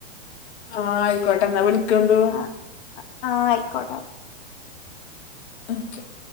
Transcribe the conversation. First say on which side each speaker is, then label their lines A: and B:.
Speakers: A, on the left; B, on the left.
A: ആഹ് ആയിക്കോട്ടെ ന്നാ വിളിക്കണ്ടു.
B: ആഹ് ആഹ് അയിക്കോട്ടാ
A: <inaudible>